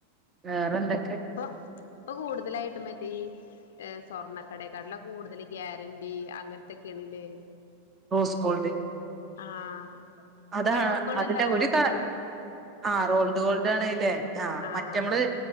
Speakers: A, on the right; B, on the left.
A: വേറേന്താ
B: ഇപ്പൊ ഇപ്പൊ കൂടുതലായിട്ടും മറ്റേ ഈ സ്വർണ്ണക്കടക്കാട്ടിലൊക്കെ കൂടുതൽ ഗ്യാരണ്ടി അങ്ങനത്തെ കിണിലേ
A: റോസ് ഗോൾഡ്
B: ആഹ്
A: അതാ
B: റോസ് ഗോൾഡ്
A: അതിന്റെ
B: അല്ല റോൾഡ്
A: ഒരു കാരണം
B: ഗോൾഡിന്റെ
A: ആ റോൾഡ് ഗോൾഡ് ആണല്ലേ ആഹ
B: ആഹ്
A: മറ്റമ്മള്